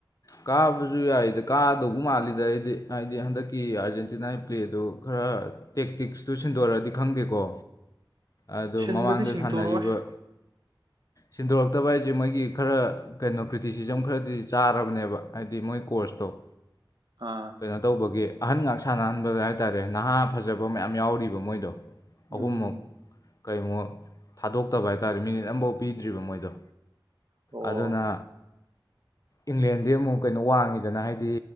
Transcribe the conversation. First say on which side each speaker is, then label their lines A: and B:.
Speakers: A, on the left; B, on the right.
A: ꯀꯥꯕꯖꯨ ꯌꯥꯏꯗ ꯀꯥꯗꯧꯕ ꯃꯥꯜꯂꯤꯗ ꯑꯩꯗꯤ ꯍꯥꯏꯗꯤ ꯍꯟꯗꯛꯀꯤ ꯑꯔꯖꯦꯟꯇꯤꯅꯥꯒꯤ ꯄ꯭ꯂꯦꯗꯣ ꯈꯔꯥ__ ꯇꯦꯛꯇꯤꯛꯁꯇꯨ ꯁꯤꯟꯗꯣꯔꯛꯑꯗꯤ ꯈꯪꯗꯦꯀꯣ ꯑꯗꯨ
B: ꯁꯤꯟꯕꯗꯤ
A: ꯃꯃꯥꯡꯗ
B: ꯁꯤꯡꯇꯣꯔꯣꯏ
A: ꯁꯥꯟꯅꯔꯤꯕ ꯁꯤꯟꯗꯣꯔꯛꯇꯕ ꯍꯥꯏꯖꯦ ꯃꯣꯏꯒꯤ ꯈꯔ ꯀꯩꯅꯣ ꯀ꯭ꯔꯤꯇꯤꯁꯤꯖꯝ ꯈꯔꯗꯤ ꯆꯥ__ ꯔꯥꯕꯅꯦꯕ ꯍꯥꯏꯗꯤ ꯃꯣꯏ ꯀꯣꯔꯁꯇꯣ
B: ꯑꯥ
A: ꯀꯩꯅꯣ ꯇꯧꯕꯒꯤ ꯑꯍꯟ ꯉꯥꯛ ꯁꯥꯟꯅꯍꯟꯕꯒ ꯍꯥꯏꯇꯥꯔꯦ ꯅꯍꯥ ꯐꯖꯕ ꯃꯌꯥꯝ ꯌꯥꯎꯔꯤꯕ ꯃꯣꯏꯗꯣ
B: ꯎꯝ
A: ꯑꯍꯨꯝꯃꯛ ꯀꯩꯃꯨꯛ ꯊꯥꯗꯣꯛꯇꯕ ꯍꯥꯏꯇꯥꯔꯦ ꯃꯤꯅꯤꯠ ꯑꯝꯕꯥꯎ ꯄꯤꯗ꯭ꯔꯤꯕ ꯃꯣꯏꯗꯣ
B: ꯑꯣ
A: ꯑꯗꯨꯅ ꯏꯪꯂꯦꯟꯗꯤ ꯑꯃꯨꯛ ꯀꯩꯅꯣ ꯋꯥꯡꯉꯤꯗꯅ ꯍꯥꯏꯗꯤ